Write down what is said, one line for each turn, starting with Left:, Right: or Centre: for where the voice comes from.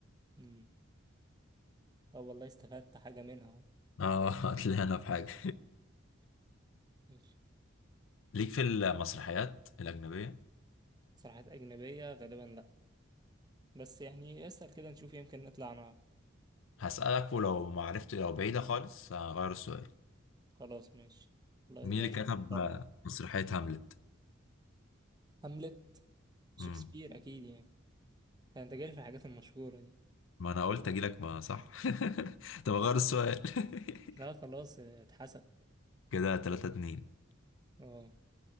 Right: مم. اه والله استفدت حاجة منها اهو
Left: اه <laughs> هتلاقينا في حاجة
Right: ماشي
Left: <laughs> ليك في المسرحيات الأجنبية
Right: صراحة اجنبية غالبا لا بس يعني اسأل كده نشوف يمكن نطلع نعرف
Left: هسألك ولو ما عرفت لو بعيدة خالص هغير السؤال
Right: خلاص ماشي والله
Left: مين
Right: ده
Left: اللي كتب
Right: شطارة
Left: مسرحية هاملت؟
Right: هاملت شكسبير
Left: مم.
Right: اكيد يعني ده انت جاي في الحاجات المشهورة دي
Left: ما أنا قلت أجيلك ما صح <laughs> طب أغير السؤال <laughs>
Right: لا خلاص آه، اتحسن
Left: كده تلاتة اتنين
Right: اه